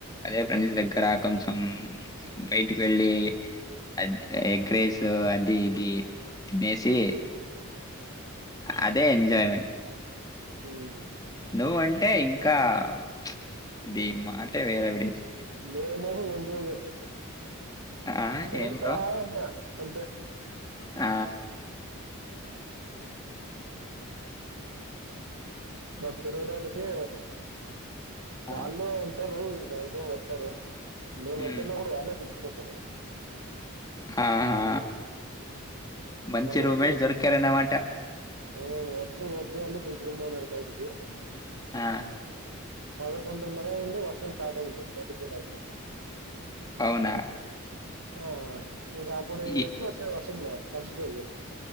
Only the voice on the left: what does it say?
అదే ఫ్రెండ్స్
దగ్గర, కొంచం. బైటికి వెళ్లి అద్ ఎగ్ రైసు అది ఇది. తినేసి అదే ఎజయ్మెంట్.
నువ్వ అంటే ఇంకా చ్చు ది మాటే వేరేవిడిది.
ఆ
ఏం బ్రో
ఆ.
ఆ
ఉమ్,
ఆ హా మంచి
రూంమేట్స్ దొరికారాన్నమాట.
ఆ,
అవునా.
ఈ-